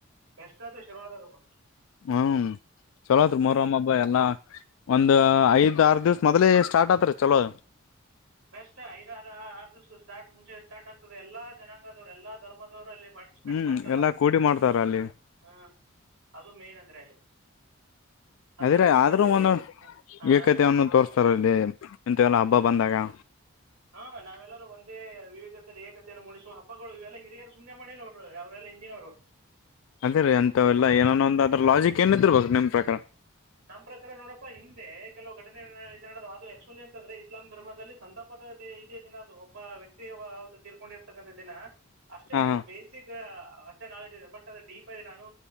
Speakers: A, on the right; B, on the left.
A: ಬೆಸ್ಟ್ ಅಥವಾ ಶುರ್ವದಾಗಪ್ಪ
B: ಹ್ಮ್ ಚಲೋತ್ರರಿ ಮರಮ್ಮಬ ಎಲ್ಲ ಒಂದ ಐದ್ ಆರು ದಿವ್ಸ ಮೊದಲೇ ಸ್ಟಾರ್ಟ್ ಆತ್ರಿ ಚಲೋ
A: ಬೆಸ್ಟ್ ಐದಾರ ಆರು ದಿವ್ಸ ಸ್ಟಾರ್ಟ್ ಮುಂಚೆ ಸ್ಟಾರ್ಟ್ ಆಗ್ತದೆ ಎಲ್ಲಾ ಜನಾಂಗದವ್ರು ಎಲ್ಲ ಧರ್ದವರು ಅಲ್ಲಿ ಪಾರ್ಟಿಸಿಪೇಟ್
B: ಹ್ಮ್
A: ಮಾಡ್ತಾರ
B: ಎಲ್ಲಾ ಕೂಡಿ ಮಾಡ್ತಾರ ಅಲ್ಲಿ
A: ಹ ಅದು ಮೇನ್ ಅಂದ್ರೆ ಅಲ್ಲಿ ಅಂದ್ರೆ
B: ಅದ್ರೆ
A: ವಿವಿಧತೆಯಲ್ಲಿ
B: ಆದ್ರೂ ಒಂದು
A: ಹಾಂ
B: ಏಕತೆಯನ್ನ ತೋರ್ತಾರಲ್ಲಿ ಎಂತಲ್ಲ ಹಬ್ಬ ಬಬಂದಂದಾಗಾ
A: ಹಾ ನಾವೆಲ್ಲರೂ ಒಂದೇ ವಿವಿಧೆಯಲ್ಲಿ ಏಕತೆಯನ್ನು ಮೂಡಿಸುವ ಹಬ್ಬಗಳು ಇವೆಲ್ಲ ಹಿರಿಯರು ಸುಮ್ಮ್ನೆ ಮಾಡಿಲ್ಲ ಅವರು ಅವರೆಲ್ಲ ಹಿಂದಿನವರು
B: ಅದೇ ರೀ ಅಂತವಲ್ಲಾ
A: ಹಾ
B: ಏನಾನೋ ಒಂದು ಅದ್ರ ಲಾಜಿಕ್ ಏನ ಇದರ್ಬೇಕ ನಿಮ್ ಪ್ರಕಾರ
A: ನಮ್ಮ ಪ್ರಕಾರ ನೋಡಪ್ಪ ಹಿಂದೆ ಕೆಲವು ಗಡೆ ಿನದು ಅದು ಆಕ್ಚುಲಿ ಅಂತಂದ್ರೆ ಇಸ್ಲಾಂ ಧರ್ಮದಲ್ಲಿ ಸಂತಾಪದ ಇದೇ ದಿನದು ಒಬ್ಬ ವ್ಯಕ್ತಿ ತೀರ್ಕೊಂಡಿರ್ತಕ್ಕಂಥ ದಿನ ಅಷ್ಟೇ
B: ಹಾ
A: ನಾನು
B: ಹಾ
A: ಬೇಸಿಕ್ ಅಷ್ಟೇ ನಾಲೆಜ್ ಇದೆ ಬಟ್ ಅದ್ರ ಡಿಪ್ ಆಗಿ ನಾನು